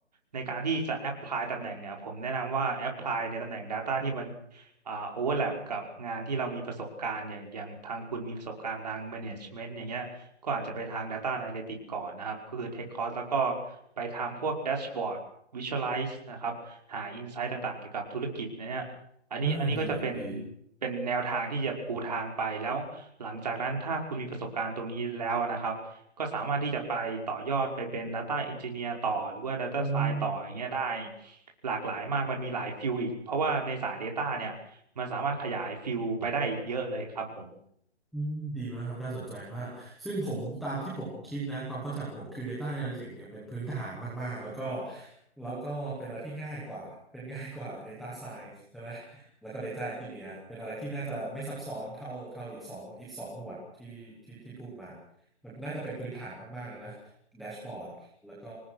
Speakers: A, on the right (about 35°); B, in the centre.
A: ในการที่จะ Apply ตำแหน่งเนี่ยผมแนะนำว่า Apply ในตำแหน่ง Data ที่มันอ่า overlap กับงานที่เรามีประสบการณ์อย่างอย่างทางคุณมีประสบการณ์ทาง Management อย่างเงี้ยก็อาจจะไปทาง Data Analytics ก่อนนะครับก็คือเทคคอร์สแล้วก็ไปทำพวก Dashboard Visualize นะครับหา Insight ต่างๆเกี่ยวกับธุรกิจเนี่ย อันนี้อันนี้ก็จะเป็น
B: เออดีครับดี
A: เป็นแนวทางที่จะปูทางไปแล้วหลังจากนั้นถ้าคุณมีประสบการณ์ตรงนี้แล้วนะครับก็สามารถที่จะไปต่อยอดไปเป็น Data Engineer ต่อหรือว่า Data
B: อืม
A: Science ต่ออย่างเงี้ยได้หลากหลายมากมันมีหลายฟิลอีกเพราะว่าในสาย Data เนี่ยมันสามารถขยายฟิลไปได้อีกเยอะเลยครับผม
B: อืมดีมากครับน่าสนใจมากซึ่งผมตามที่ผมคิดนะความเข้าใจของผมคือ Data Analytics เนี่ยเป็นพื้นฐานมากๆแล้วก็แล้วก็เป็นอะไรที่ง่ายกว่าเป็นง่ายกว่า Data Science ใช่ไหมแล้วก็ Data Engineer เป็นอะไรที่น่าจะไม่ซับซ้อนเท่าเท่าอีกสองอีกสองหมวดที่ที่ที่พูดมามันน่าจะเป็นพื้นฐานมากๆนะแดชบอร์ดแล้วก็